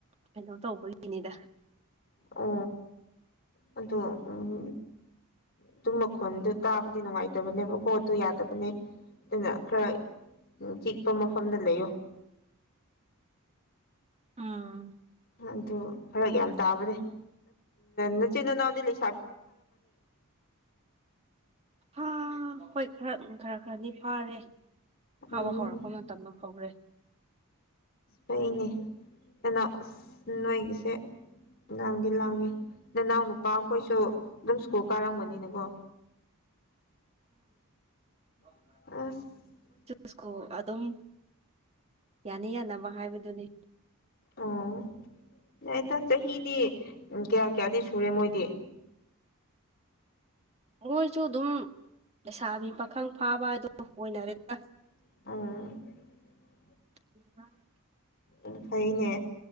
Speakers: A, on the right (about 30°); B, on the left (about 45°).
A: ꯀꯩꯅꯣ ꯇꯧꯕꯒꯤꯅꯤꯗ
B: ꯑꯣ ꯑꯣ ꯎꯝ ꯑꯗꯨꯝ ꯃꯈꯣꯟꯗꯣ ꯇꯥꯕ ꯗꯤ ꯅꯨꯡꯉꯥꯏꯇꯕꯅꯦꯕ ꯄꯣꯠ ꯑꯗꯨ ꯌꯥꯗꯕꯅꯦ ꯑꯗꯨꯅ ꯈꯔ ꯆꯤꯛꯄ ꯃꯐꯝꯗ ꯂꯩꯌꯣ <unintelligible>
A: ꯑꯥ
B: ꯑꯗꯨ ꯐꯔ ꯌꯥꯝ ꯇꯥꯕꯅꯦ ꯅꯆꯤꯟ ꯅꯅꯥꯎꯗꯤ ꯂꯩ
A: ꯍꯥꯥ ꯍꯣꯏ ꯈꯔ ꯈꯔ ꯈꯔꯗꯤ ꯐꯥꯔꯦ ꯐꯥꯕ
B: ꯎꯝ
A: ꯍꯧꯔꯛꯄ ꯃꯇꯝꯗ ꯍꯧꯔꯦ
B: ꯑ ꯐꯩꯅꯦ ꯀꯩꯅꯣ ꯑꯁ ꯅꯣꯏꯒꯤꯁꯦ ꯂꯥꯡꯗꯤ ꯂꯥꯡꯉꯤ ꯅꯅꯥꯎ ꯅꯨꯄꯥ ꯑꯩꯈꯣꯏꯁꯨ ꯑꯗꯨꯝ ꯁ꯭ꯀꯨꯜ ꯀꯥꯔꯝꯒꯅꯤꯅꯀꯣ
A: ꯍ
B: <inaudible>
A: ꯁꯀꯣ ꯑꯗꯨꯝ ꯌꯥꯅ ꯌꯥꯅꯕ ꯍꯥꯏꯕꯗꯨꯅꯤ
B: ꯑꯥ ꯌꯥꯏꯗ ꯆꯍꯤꯗꯤ ꯀꯌꯥ ꯀꯌꯥꯗꯤ ꯁꯨꯔꯦ ꯃꯣꯏꯗꯤ
A: ꯃꯣꯏꯁꯨ ꯑꯗꯨꯝ ꯂꯩꯁꯥꯕꯤ ꯄꯥꯈꯪ ꯐꯥꯕ ꯍꯥꯏꯗꯨ ꯑꯣꯏꯅꯔꯦꯗ
B: ꯑꯥ
A: <inaudible>
B: ꯎ ꯐꯩꯅꯦ